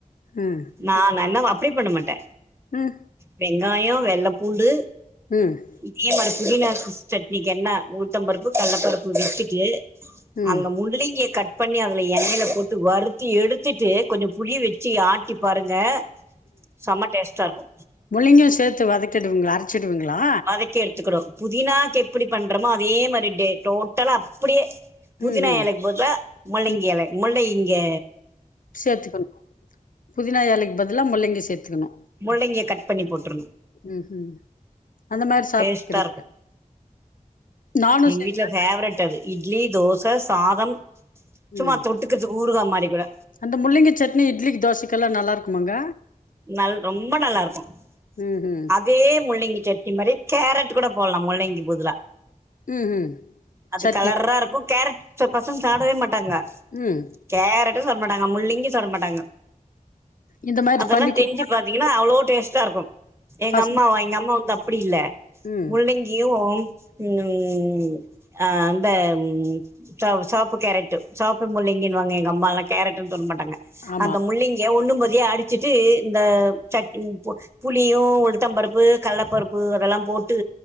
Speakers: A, on the left (about 70°); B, on the right (about 20°).
A: ம்
B: நா நல்ல அப்டி பண்ண மாட்ட
A: ம்
B: வெங்காய வெள்ளப்பூண்டு
A: ம்
B: இதே மாரி புதினா சட்னிக்கு என்ன உளுத்தம்பருப்பு கடல பருப்பு விட்டுட்டு
A: ம்
B: அந்த முள்ளிங்கிய கட் பண்ணி அதுல எண்ணெயில போட்டு வறுத்தி எடுத்திட்டு கொஞ்ச புளி வெச்சு ஆட்டி பாருங்க செம டேஸ்டா இருக்கு
A: முள்ளங்கியு சேத்து வதக்கிடுவிங்ளா அரச்சிடுவிங்ளா
B: வதக்கி எடுத்துக்கனு புதினாக்கு எப்டி பண்றோமோ அதே மாரி டே டோட்டலா அப்படியே புதினா
A: ம் ம்
B: எலைக்கு பதுல முள்ளங்கி
A: ம்
B: எல முள்ளங்கி
A: சேத்துக்கணு புதினா எலைக்கு பதிலா முள்ளங்கி சேத்துக்கணு
B: முள்ளங்கிய கட் பண்ணி போற்று
A: ம் ம் அந்த மாரி சாப்ட்டுக்கிறீங்க
B: டேஸ்ட்டா இருக்கு
A: நானு
B: எங்க
A: செய்வே
B: வீட்ல ஃபேவரட் அது இட்லி தோச சாதம் சும்மா
A: ம்
B: தொட்டுக்குரதுக்கு ஊருக்கா மாரி கூட
A: அந்த முள்ளங்க சட்னி இட்லிக்கு தோசைக்குல்லா நல்லா இருக்குமாங்க
B: நல் ரொம்ப நல்லா இருக்கு அத்
A: ம் ம்
B: அதே முள்ளங்கி சட்னி மாரி கேரட் கூட போட்லா முள்ளங்கி புதுலா
A: ம் ம்
B: அது
A: சட்னி
B: கலர்ரா இருக்கு கேரட் ச்ச பசங்க சாப்டவே மாட்டாங்க
A: ம்
B: கேரட்டு சாப்ட மாட்டாங்க முள்ளங்கி சாப்ட மாட்டாங்க
A: இந்த மாரி
B: அதெல்லா
A: பண்ணி குடுத்தா
B: செஞ்சு பாத்தீங்கன்னா அவ்ளோ டேஸ்ட்டா இருக்கு எங்க
A: பசங்க
B: அம்மாவா எங்க அம்மா வந்து அப்படி இல்ல
A: ம்
B: முள்ளங்கியு ம் அ அந்த ம் சவ் செவப்பு கேரட்டு செவப்பு முள்ளிங்கின்னுவாங்க எங்க அம்மாலா கேரட்டுன்னு சொல்ல மாட்டாங்க
A: ஆமா
B: அந்த முள்ளங்கிய ஒண்ணும்பாதியா அடிச்சுட்டு இந்த சட்டின் போட் புளியு உளுத்தம் பருப்பு கல்லப்பருப்பு அதெல்லா போட்டு